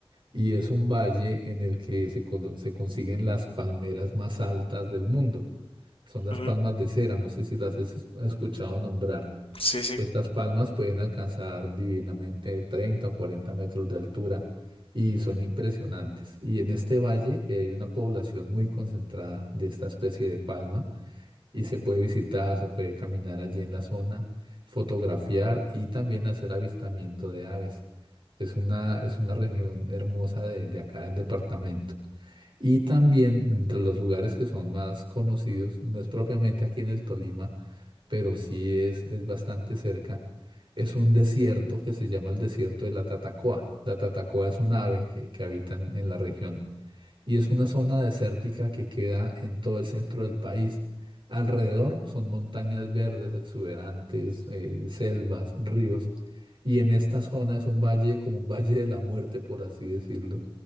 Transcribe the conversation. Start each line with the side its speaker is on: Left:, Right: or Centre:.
Right: y es un valle en el que se, colo- se consiguen las palmeras más altas del mundo. Son las
Left: Ujú.
Right: palmas de cera, no sé si las has es- escuchado nombrar.
Left: Sí, sí.
Right: Estas palmas pueden alcanzar divinamente 30 o 40 metros de altura y son impresionantes. Y en este valle eh, hay una población muy concentrada de esta especie de palma y se puede visitar, se puede caminar allí en la zona, fotografiar y también hacer avistamiento de aves. Es una, es una región hermosa de, de acá del departamento. Y también entre los lugares que son más conocidos, no es propiamente aquí en el Tolima, pero sí es, es bastante cerca, es un desierto que se llama el desierto de la Tatacoa. La Tatacoa es un ave que, que habita en en la región y es una zona desértica que queda en todo el centro del país. Alrededor son montañas verdes, exuberantes, eh, selvas, ríos, y en esta zona es un valle, como un valle de la muerte, por así decirlo.